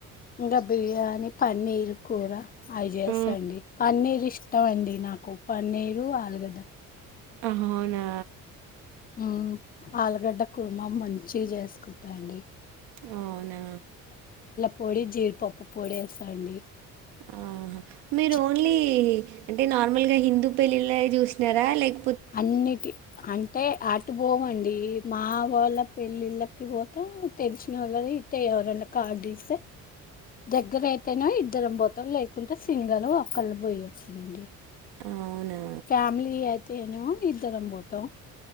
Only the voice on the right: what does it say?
ఆ
ఆహా అవునా
అవునా
ఆహా మీరు
ఓన్లీ అంటే నార్మల్గా హిందూ పెళ్ళిళ్ళ చూసినారా లైక్
అవునా